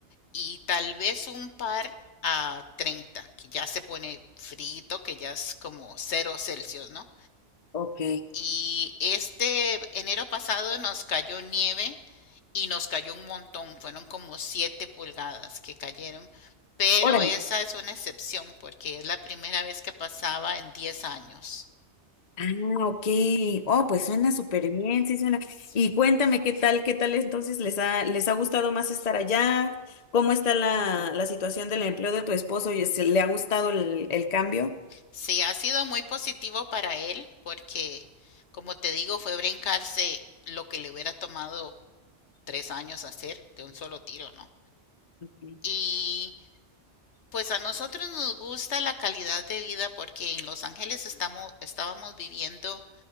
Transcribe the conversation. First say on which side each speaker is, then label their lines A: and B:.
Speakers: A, on the left; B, on the left.
A: y tal vez un par a 30, que ya se pone frito, que ya es como cero Celsius, ¿no?
B: Ok.
A: Y este enero pasado nos cayó nieve y nos cayó un montón, fueron como 7 pulgadas que cayeron, pero
B: Órale.
A: esa es una excepción porque es la primera vez que pasaba en 10 años.
B: Ah, ok. Oh, pues suena súper bien, sí suena.
A: Sí,
B: Y cuéntame qué tal, qué tal entonces les ha, les ha gustado más estar allá. ¿Cómo está la, la situación del empleo de tu esposo? ¿Y se- ¿Le ha gustado el, el cambio?
A: Sí, ha sido muy positivo para él porque, como te digo, fue brincarse lo que le hubiera tomado tres años hacer de un solo tiro, ¿no?
B: Sí.
A: Y pues a nosotros nos gusta la calidad de vida porque en Los Ángeles estamos, estábamos viviendo